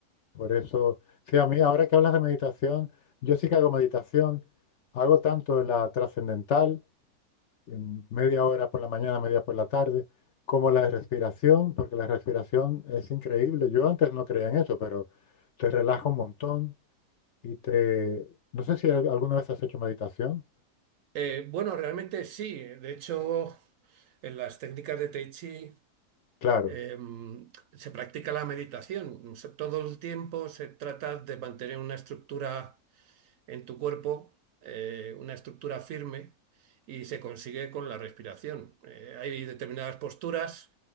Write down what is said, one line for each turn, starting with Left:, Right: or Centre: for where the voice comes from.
Left: Por eso, sí, a mí ahora que hablas de meditación, yo sí que hago meditación, hago tanto la trascendental, em, media hora por la mañana, media por la tarde, como la respiración, porque la respiración es increíble. Yo antes no creía en eso, pero te relaja un montón y te... No sé si al- alguna vez has hecho meditación.
Right: Eh, bueno, realmente sí. De hecho, en las técnicas de Tai Chi
Left: Claro,
Right: eh, se practica la meditación. O sea, Todo el tiempo se trata de mantener una estructura en tu cuerpo, eh, una estructura firme, y se consigue con la respiración. Eh, hay determinadas posturas